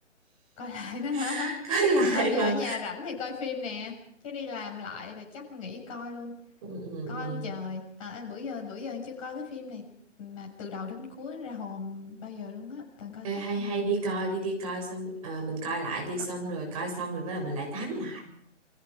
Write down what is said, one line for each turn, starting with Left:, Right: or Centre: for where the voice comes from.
Left: coi <laughs> lại đó hả
Right: <laughs> coi lại
Left: ừ giờ
Right: mà
Left: ở nhà rảnh thì coi phim nè chứ đi làm lại thì chắc nghỉ coi luôn
Right: ừ, ừ,
Left: coi
Right: ừ.
Left: ông trời à, bữa giờ bữa giờ em chưa coi cái phim này mà từ đầu đến cuối ra hồn bao giờ luôn á toàn coi
Right: Ê,
Left: cắt
Right: hay
Left: không
Right: hay
Left: à
Right: đi coi đi đi coi xong ờ, mình coi lại đi xong
Left: Có-
Right: rồi coi xong rồi bắt đầu mình lại tám lại